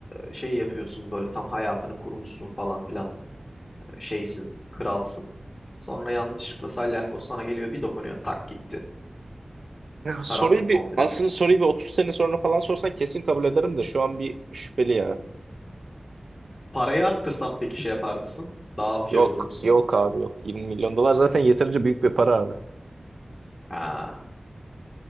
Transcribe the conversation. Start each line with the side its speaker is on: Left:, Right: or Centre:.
Left: şey yapıyorsun böyle tam hayatını kurmuşsun falan filan şeysin, kralsın. Sonra yanlışlıkla salyangoz sana geliyor bir dokunuyor tak gitti.
Right: Ya
Left: Karanlık
Right: soruyu bir
Left: komple.
Right: aslında soruyu bir 30 sene sonra falan sorsan kesin kabul ederim de şu an bir şüpheli ya.
Left: Parayı arttırsam peki şey yapar mısın? Daha okey
Right: Yok
Left: olur musun?
Right: yok abi yok. 20 milyon dolar zaten yeterince büyük bir para abi.
Left: Ha.